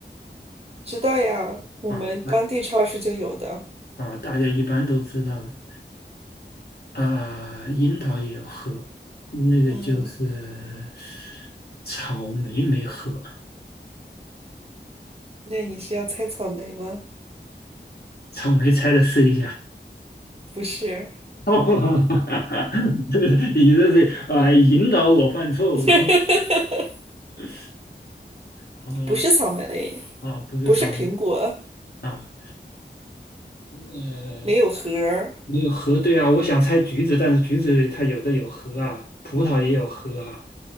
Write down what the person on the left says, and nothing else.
啊，大啊，大家一般都知道的啊。樱桃也有核，那个就是
草莓没核，
草莓拆了试一下。
<laughs> 你这是啊引导我犯错误。
<laughs> 好了
啊，不是草莓
啊，呃，
没有核对啊，我想猜橘子，但是橘子它有的有核啊，葡萄也有核啊，